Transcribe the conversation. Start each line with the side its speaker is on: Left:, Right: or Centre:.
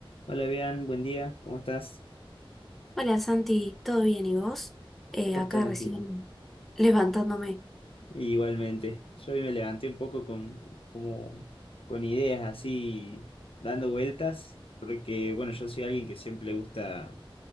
Left: Hola, bien, buen día, ¿cómo estás?
Centre: Hola Santi, ¿todo bien y vos? Eh,
Left: Todo
Centre: acá
Left: tranquilo.
Centre: recién levantándome.
Left: Igualmente, yo hoy me levanté un poco con, como, con ideas así, dando vueltas, porque bueno, yo soy alguien que siempre le gusta,